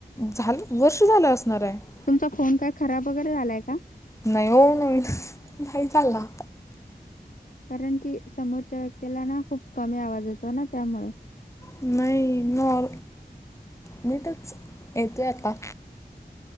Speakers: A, on the left; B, on the left.
A: झालं वर्ष झालं असणार आहे
B: तुमचा फोन काय खराब वगैरे झालाय का
A: नाहीय नाही नाही झालाला
B: कारण की समोरच्या व्यक्तीला ना खूप कमी आवाज येतो ना त्यामुळे
A: नाही नॉ मी तरच येतो आता